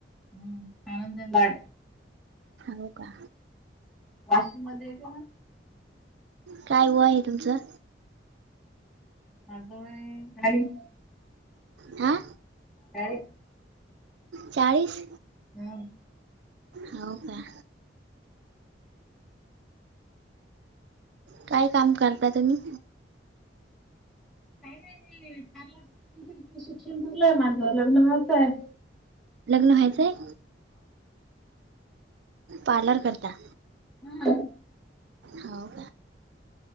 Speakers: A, in the centre; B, on the right.
A: हम् कारंजा.
B: हो का?
A: वाशिम मध्ये येते ना.
B: काय? वय आहे तुमचं
A: माझं वय चाळीस.
B: हा
A: अ <unintelligible>
B: चाळीस!
A: हम्.
B: होव का? काय काम करता तुम्ही?
A: काय नाही मी पार्लर <inaudible> शिक्षण झालंय माझं लग्न व्हायचं हे.
B: लग्न व्हायचंय? पार्लर करता.
A: हम्म.
B: हाव.